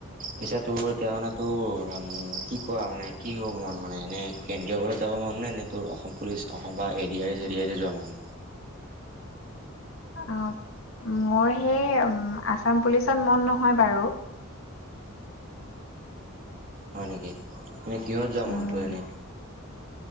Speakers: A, on the right (about 40°); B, on the left (about 70°).
A: পিছে তোৰ এতিয়া মানে তোৰ উম কি কোৱা মানে কি হব মন মানে এনে কেন্দ্ৰীয় বলে যাব মন নে এনে তোৰ অসম পুলিচ অসম বা এ ডি আৰ ই - চে এ ডি আৰ ই যোৱা মন?
B: অ' মোৰ সেই আছাম পুলিচত মন নহয় বাৰু। <inaudible>
A: হয় নেকি, এনে কিহত যোৱা
B: উম,
A: মন তোৰ এনে?